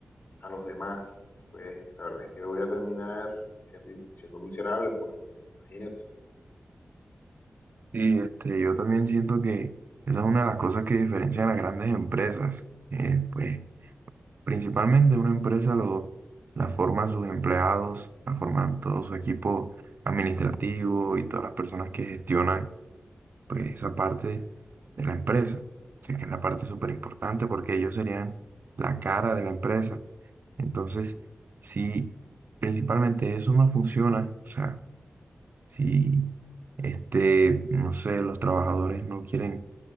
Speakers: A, on the left (about 60°); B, on the right (about 65°).
A: a los demás, pues la verdad es que voy a terminar siendo, siendo miserable, porque imagínate.
B: Y este, yo también siento que esa es una de las cosas que diferencia a las grandes empresas. Eh, pues, principalmente una empresa lo, la forman sus empleados, la forman todo su equipo administrativo y todas las personas que gestionan pues, esa parte de la empresa. O sea, que es la parte súper importante porque ellos serían la cara de la empresa. Entonces, si principalmente eso no funciona, o sea, Si, este, no sé, los trabajadores no quieren